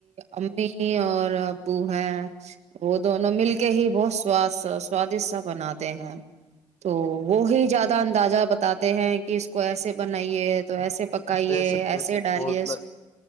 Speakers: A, on the right; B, on the left.
A: امی می اور ابو ہے وہ دونوں مل کے ہی بہت ساد سوادش سا بناتے ہیں تو وہ ہی زیادہ اندازہ بتاتے ہیں کہ اس کو ایسے بنائیے تو ایسے پکائیے
B: بے شک
A: ایسے
B: بے شک
A: ڈالے
B: بہت